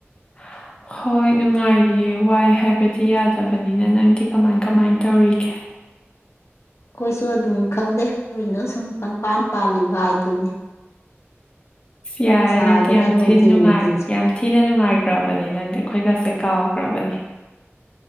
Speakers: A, on the left; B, on the left.
A: <inaudible> ꯍꯣꯏ ꯅꯨꯡꯉꯥꯏꯔꯤꯌꯦ ꯋꯥꯏ ꯍꯥꯏꯕꯗꯤ ꯌꯥꯗꯕꯅꯤꯅ ꯅꯪꯗꯤ ꯀꯃꯥꯏ ꯀꯃꯥꯏ ꯇꯧꯔꯤꯒꯦ
B: ꯑꯩꯈꯣꯏꯁꯨ ꯑꯗꯨꯝ ꯈꯪꯗꯦ ꯀꯩꯅꯣ ꯁꯨꯝ ꯇꯪꯄꯥꯟ ꯄꯥꯜꯂꯤꯕ ꯍꯥꯏꯗꯨꯅꯤ
A: ꯑꯁ ꯌꯥꯔꯦ
B: ꯁꯥꯕꯅ
A: ꯅꯪꯗꯤ ꯌꯥꯝ
B: ꯅꯨꯡꯊꯤꯟ
A: ꯊꯤꯅ ꯅꯨꯡꯉꯥꯏ
B: ꯅꯨꯡꯊꯤꯟꯁꯨ
A: ꯌꯥꯝ ꯊꯤꯅ ꯅꯨꯡꯉꯥꯏꯈ꯭ꯔꯕꯅꯤ ꯅꯪꯗꯤ ꯑꯩꯈꯣꯏꯒꯁꯦ ꯀꯥꯎꯈ꯭ꯔꯕꯅꯤ